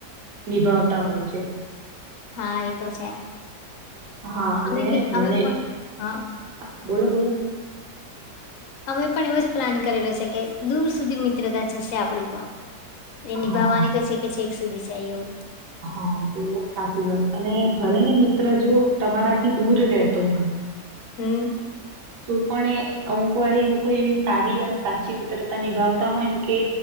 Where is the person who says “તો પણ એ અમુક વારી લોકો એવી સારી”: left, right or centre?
Right